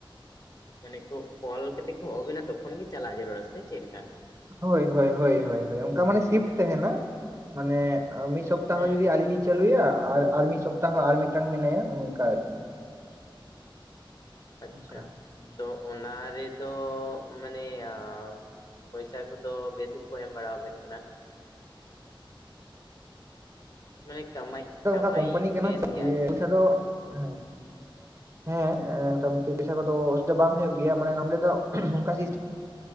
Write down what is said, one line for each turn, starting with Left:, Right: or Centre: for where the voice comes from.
Left: ᱢᱟᱱᱮ ᱠᱚ ᱠᱚᱞ ᱠᱟᱛᱮ ᱦᱚᱸ ᱦᱚᱸ ᱟᱵᱤᱱᱟ ᱛᱚᱠᱷᱚᱱ ᱜᱮ ᱪᱟᱞᱟᱜ ᱡᱟᱹᱨᱩᱲᱟ ᱥᱮ ᱪᱮᱫ ᱞᱮᱠᱟ ᱾
Right: ᱦᱳᱭ ᱦᱳᱭ ᱦᱳᱭ ᱚᱱᱠᱟ ᱢᱟᱱᱮ ᱥᱤᱯᱴ ᱛᱟᱦᱮᱸᱱᱟ ᱢᱟᱱᱮ ᱢᱤᱫ ᱥᱚᱯ ᱥᱚᱯᱛᱟ
Left: ᱦᱮᱸ
Right: ᱦᱚᱸ ᱡᱩᱫᱤ ᱟᱹᱞᱤᱧ ᱞᱤᱧ ᱪᱟᱹᱞᱩᱭᱟ ᱟᱨ ᱟᱨ ᱢᱤᱫ ᱥᱚᱯᱛᱟ ᱦᱚᱸ ᱟᱨ ᱢᱤᱫᱴᱟᱝ ᱢᱮᱱᱟᱭᱟ ᱚᱱᱠᱟ ᱟᱹᱨᱠᱤ ᱾
Left: ᱟᱪᱪᱷᱟ
Right: ᱚᱱᱠᱟ
Left: ᱛᱚ ᱚᱱᱟ ᱨᱮᱫᱚ ᱢᱟᱱᱮ ᱟ ᱯᱚᱭᱥᱟ ᱠᱚᱫᱚ ᱵᱮᱥ ᱜᱮᱠᱚ ᱮᱢ ᱵᱟᱲᱟ ᱟᱵᱮᱱ ᱠᱟᱱᱟ ᱾ ᱢᱟᱱᱮ ᱠᱟᱢᱟᱭ᱾ ᱠᱟᱢᱟᱭ
Right: ᱚᱱᱠᱟ ᱠᱳᱢᱯᱟᱱᱤ ᱠᱟᱱᱟ
Left: ᱵᱮᱥ
Right: ᱛᱚ
Left: ᱜᱮ
Right: ᱫᱤᱭᱮᱹ
Left: ᱟᱨᱠᱤ
Right: ᱯᱚᱭᱥᱟ ᱫᱚ ᱦᱮᱸ᱾ ᱦᱮᱸ ᱢᱚᱴᱟ ᱢᱩᱴᱤ ᱯᱚᱭᱥᱟ ᱠᱚᱫᱚ ᱚᱥᱩᱵᱤᱫᱷᱟ ᱵᱟᱝ ᱦᱩᱭᱩᱜ ᱜᱮᱭᱟ ᱢᱟᱱᱮ ᱱᱚᱸᱰᱮ ᱫᱚ ᱚᱱᱠᱟ ᱥᱤᱥ